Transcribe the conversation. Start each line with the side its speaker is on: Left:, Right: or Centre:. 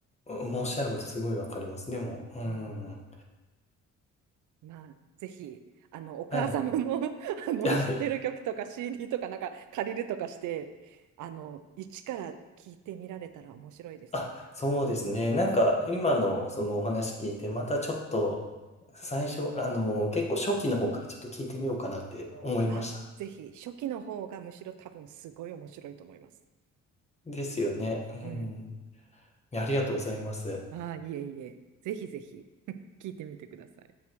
Left: もうおっしゃることすごいわかります。でも、うん。
Right: うん。まあ、ぜひ、あの、お母様の
Left: はい。
Right: <laughs> あの、
Left: はい。
Right: 知ってる曲とか CD とかなんか借りるとかして、あの、一から聞いてみられたら面白いですよ。
Left: あ、そうですね。なんか、今のそのお話聞いて、またちょっと、最初、あの、結構初期の方からちょっと聞いてみようかなって思いました。
Right: あ、ぜひ、初期の方がむしろ多分すごい面白いと思います。
Left: ですよね。うん。
Right: うん。
Left: ありがとうございます。
Right: ああ、いえいえ。ぜひぜひ <laughs>、聞いてみてください。